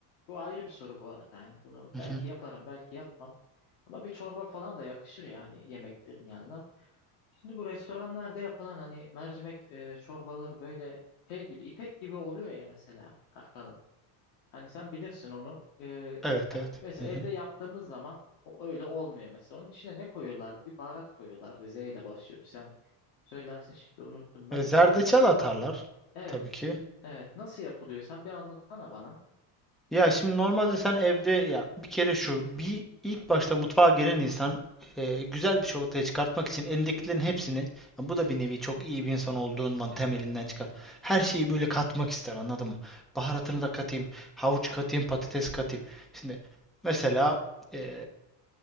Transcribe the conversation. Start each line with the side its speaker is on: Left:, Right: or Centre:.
Left: bu ayrı bir soru bu arada hani bunu
Centre: Hı
Left: belki
Centre: hı.
Left: yaparım belki yapmam ama bir çorba falan da yakışır yani yemeklerin yanına. Şimdi bu restoranlarda yapılan hani mercimek e, çorbaları böyle şey gibi ipek gibi oluyor ya mesela Erkan'ım. Hani sen bilirsin onu. Ee,
Centre: Evet
Left: ya
Centre: evet.
Left: mesela
Centre: Hı hı.
Left: evde yaptığımız zaman o öyle olmuyor mesela. Onun içine ne koyuyorlar? Bir baharat koyuyorlardı. Z ile başlıyordu. Sen söylersin şimdi unuttum ben.
Centre: E, Zerdeçal atarlar
Left: Evet,
Centre: tabii ki.
Left: evet. Nasıl yapılıyor? Sen bir anlatsana bana.
Centre: Ya şimdi normalde sen evde ya bir kere şu bir ilk başta mutfağa gelen insan e, güzel bir şey ortaya çıkartmak için elindekilerin hepsini ya bu da bir nevi çok iyi bir insan olduğundan temelinden çıkar. Her şeyi böyle katmak ister anladın mı? Baharatını da katayım, havuç katayım, patates katayım. Şimdi mesela e,